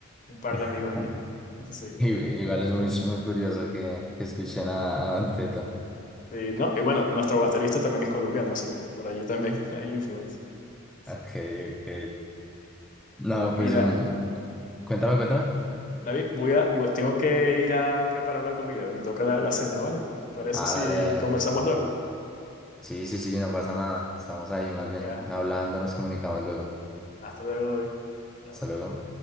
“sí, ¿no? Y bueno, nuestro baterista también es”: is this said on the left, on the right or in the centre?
Left